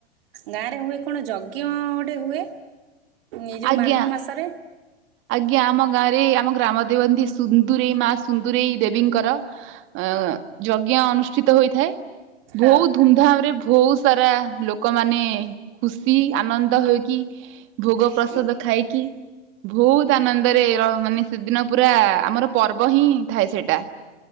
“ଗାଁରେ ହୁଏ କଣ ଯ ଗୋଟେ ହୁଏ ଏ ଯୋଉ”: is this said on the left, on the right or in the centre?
Right